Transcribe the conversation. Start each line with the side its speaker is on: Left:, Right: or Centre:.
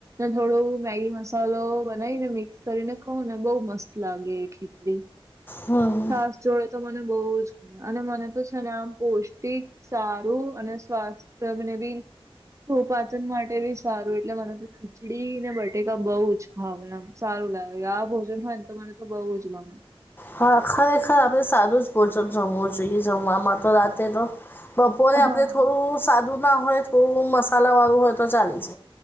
Right: થોડું મેગી મસાલો બનાવી ને મિક્સ કરીને ખ ને બહ મસ્ત લાગે એ ખીચડી,
Left: હં, હં.
Right: છાસ જોડે. તો મને બઉ અને મને તો છે ને આમ પૌષ્ટિક સારું અને સ્વાસ્થ્યને બી સોપાચન માટે બી સારું એટલે મને તો ખીચડી ને બટેકા બઉુ જ ખાવેમ. સારું લાગે આ ભોજન હોય ને તોને તો બઉુ જ ગમે.
Left: હા ખરેખર આપણે સારું જ ભોજન જમવું જોઈએ જમવામાં તો રાતે તો. બપોરે આપડે
Right: હા
Left: થોડું સાદું ના હોય થોડું મસાલા વાળું હોય તો ચાલે જ.